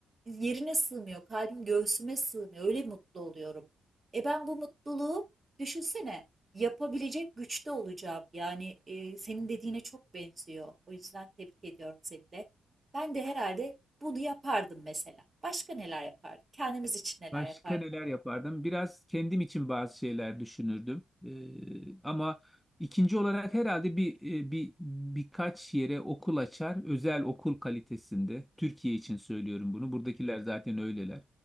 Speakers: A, on the right (about 25°); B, in the centre.
A: yerine sığmıyor. Kalbim göğsüme sığmıyor. Öyle mutlu oluyorum. E ben bu mutluluğu düşünsene yapabilecek güçte olacağım. Yani e, senin dediğine çok benziyor. O yüzden tebrik ediyorum seni de. Ben de herhalde bunu yapardım mesela. Başka neler yapardık? Kendimiz için neler
B: Başka
A: yapardık?
B: neler yapardım? Biraz kendim için bazı şeyler düşünürdüm. Ee, ama ikinci olarak herhalde bir, e, bir birkaç yere okul açar, özel okul kalitesinde. Türkiye için söylüyorum bunu. Buradakiler zaten öyleler.